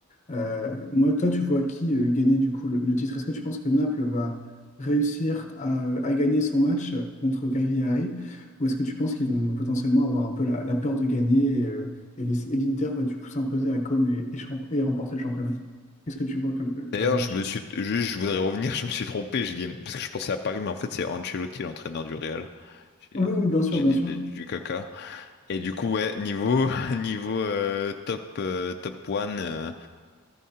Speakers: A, on the left; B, on the left.
A: Euh, moi, toi, tu vois qui euh, gagner du coup le, le titre? Est-ce que tu penses que Naples va réussir à, à gagner son match contre Cagliari ou est-ce que tu penses qu'ils vont potentiellement avoir un peu la, la peur de gagner et, euh, et laisser- et l'Inter va du coup s'imposer à Comme et, et champ- et remporter le championnat? Qu'est-ce que tu vois comme euh, dernier
B: D'ailleurs,
A: match?
B: je me suis, juste, je voudrais revenir, je me suis trompé, j'ai dit, parce que je pensais à Paris, mais en fait, c'est Ancelotti, l'entraîneur du Real. J'ai
A: Oui, oui, bien sûr,
B: j'ai
A: bien
B: dit
A: sûr.
B: du, du caca. Et du coup, ouais, niveau, <laughs> niveau euh, top, euh, top one, euh,